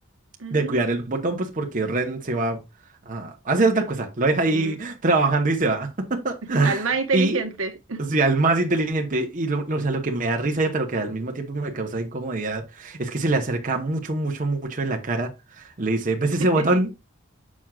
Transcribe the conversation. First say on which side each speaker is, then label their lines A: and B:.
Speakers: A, on the right (about 75°); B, on the right (about 40°).
A: Ujú,
B: de cuidar el botón, pues porque Ren se va a hacer otra cosa, lo deja ahí
A: ujú.
B: <laughs> trabajando y se va. <laughs>
A: Al más inteligente.
B: Y, o sea, el más inteligente, y lo, lo- o sea, lo que me da risa, pero que al mismo tiempo me causa incomodidad, es que se le acerca mucho, mucho, mucho en la cara, le dice, ¿ves ese
A: <laughs>
B: botón?